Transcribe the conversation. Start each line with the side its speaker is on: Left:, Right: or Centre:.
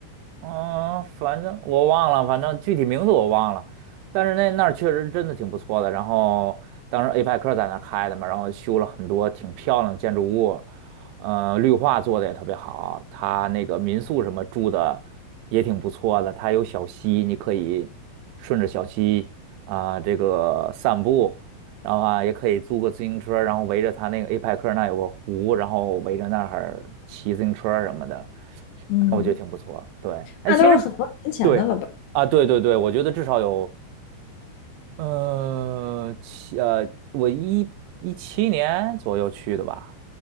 Right: 嗯，反正我忘了，反正具体名字我忘了，但是那那儿确实真的挺不错的。然后当时 APEC 在那儿开的嘛，然后修了很多挺漂亮的建筑物，呃，绿化做的也特别好。它那个民宿什么住的也挺不错的，它有小溪，你可以顺着小溪啊、这个散步，然后啊也可以租个自行车，然后围着它那个 APEC 那儿有个湖，然后围着那儿骑自行车什么的。
Left: 嗯，
Right: 我觉得挺不错。对，哎，
Left: 那都是很多年前的了吧？
Right: 其实对啊，对对对，我觉得至少有呃七呃，我一一七年左右去的吧，